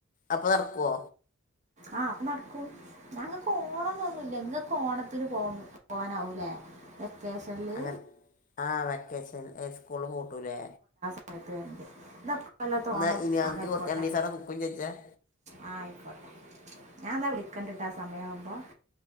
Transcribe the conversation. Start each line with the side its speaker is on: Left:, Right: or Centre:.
Left: അപ്പ നടക്കോ
Right: ആ അപ്പ നട്ക്കും ഞങ്ങക്ക് ഓണംന്നൊന്നുല്ല. ഇങ്ങക്ക് ഓണത്തിന് പോ പോവാനാവൂലേ വെക്കേഷൻല്
Left: അങ്ങനെ ആ വെക്കേസൻ. ഈ സ്കൂള് പൂട്ടൂലെ
Right: <unintelligible> കൊല്ലത്തെ
Left: എന്നാൽ
Right: ഓണം
Left: ഇനി ഞങ്ങൾക്ക്
Right: അതായിക്കോട്ടെ
Left: കുറച്ച് രണ്ട് ദിവസം അവിടെ നിൽക്കും ചോദിച്ചാൽ
Right: ആ ആയിക്കോട്ടെ ഞാന്നാ വിളിക്കണ്ട് ട്ടാ സമയാവുമ്പോ